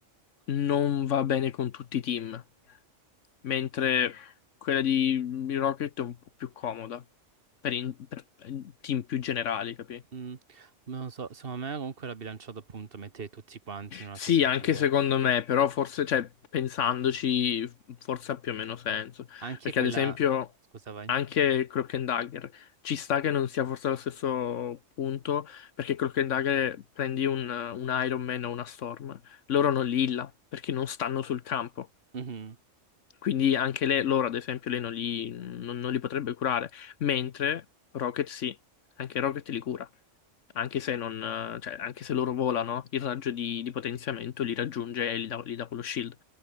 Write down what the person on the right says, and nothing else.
Mm, non lo so, secondo me comunque l'ha bilanciato appunto mettere tutti quanti in una
stessa
tier.
Anche
quella...
Scusa, vai.
Mhm.